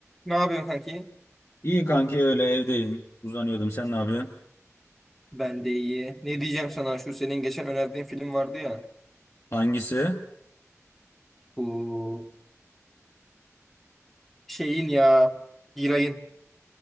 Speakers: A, in the centre; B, on the left (about 60°).
A: Ne yapıyorsun kanki?
B: İyi kanki öyle evdeyim. Uzanıyordum. Sen ne yapıyorsun?
A: Ben de iyi. Ne diyeceğim sana? Şu senin geçen önerdiğin film vardı ya.
B: Hangisi?
A: Bu şeyin ya. Giray'ın.